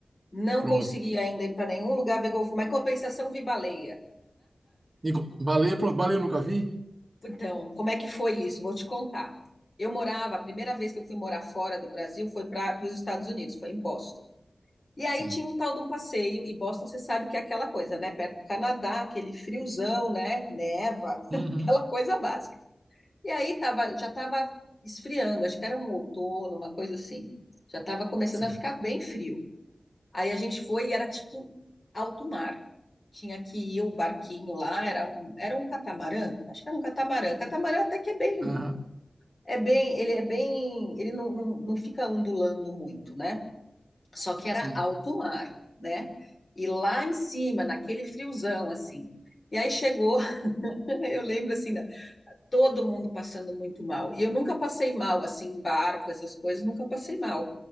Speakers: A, on the left (about 45°); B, on the right (about 45°).
A: Não
B: Pronto.
A: consegui ainda ir para nenhum lugar ver golfinho, mas em compensação vi baleia.
B: Nico, baleia, pronto. Baleia eu nunca vi?
A: Então, como é que foi isso? Vou te contar. Eu morava, a primeira vez que eu fui morar fora do Brasil foi para os Estados Unidos, foi em Boston. E aí
B: Sim.
A: tinha um tal de um passeio, e Boston você sabe que é aquela coisa, né? Perto do Canadá, aquele friozão, né? Neva, <laughs>
B: Uhum.
A: aquela coisa básica. E aí tava, já estava esfriando, acho que era um outono, uma coisa assim. Já estava começando
B: Sim.
A: a ficar bem frio. Aí a gente foi e era tipo alto mar. Tinha que ir o barquinho lá, era um, era um catamarã, acho que era um catamarã. Catamarã até que é bem,
B: Aham.
A: é bem, ele é bem, ele não, não, não fica ondulando muito, né? Só que era
B: Sim.
A: alto mar, né? E lá em cima, naquele friozão, assim. E aí chegou, <laughs> eu lembro assim, todo mundo passando muito mal. E eu nunca passei mal, assim, em barco, essas coisas, nunca passei mal.